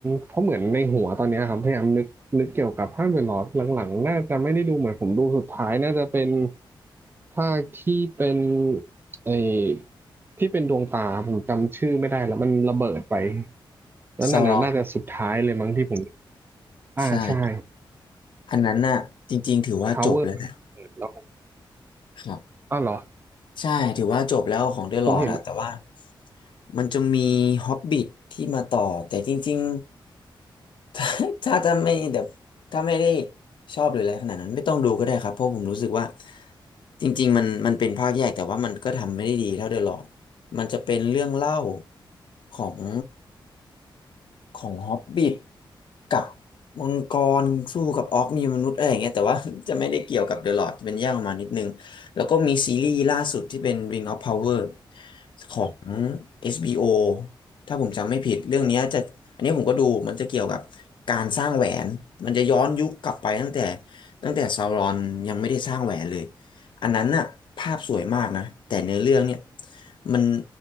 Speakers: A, on the right; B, on the left.
A: เพราะเหมือนในหัวตอนเนี้ยครับพยายามนึกนึกเกี่ยวกับภาคเดอะลอร์ดหลังๆน่าจะไม่ได้ดูเหมือนผมดูสุดท้ายน่าจะเป็นภาคที่เป็นไอที่เป็นดวงตาผมจำชื่อไม่ได้แล้วมันระเบิดไปแล้วนั่นน่ะน่าจะสุดท้ายเลยมั้งที่ผม
B: ซารอน
A: อ่าใช่
B: ใช่อันนั้นน่ะจริงๆถือว่าจบแล้วนะ
A: Tower แล้วผม
B: ครับ
A: อ้าวเหรอ
B: ใช่ถือว่าจบแล้วของเดอะลอร์ดอะแต่ว่า
A: ผมเห็น
B: มันจะมีฮอบบิทที่มาต่อแต่จริงๆ <laughs> ถ้าถ้าจะไม่แบบถ้าไม่ได้ชอบหรืออะไรขนาดนั้นไม่ต้องดูก็ได้ครับเพราะผมรู้สึกว่าจริงๆมันมันเป็นภาคแยกแต่ว่ามันก็ทำไม่ได้ดีเท่าเดอะลอร์ดมันจะเป็นเรื่องเล่าของ ของฮอบบิทกับมังกรสู้กับออกมีมนุษย์อะไรอย่างเงี้ยแต่ว่า <laughs> จะไม่ได้เกี่ยวกับเดอะลอรดเป็นแยกออกมานิดนึงแล้วก็มีซีรีส์ล่าสุดที่เป็น Ring of Power ของ HBO ถ้าผมจำไม่ผิดเรื่องเนี้ยจะอันนี้ผมก็ดูมันจะเกี่ยวกับการสร้างแหวนมันจะย้อนยุคกลับไปตั้งแต่ตั้งแต่ซาวรอนยังไม่ได้สร้างแหวนเลยอันนั้นน่ะภาพสวยมากนะแต่เนื้อเรื่องเนี่ยมัน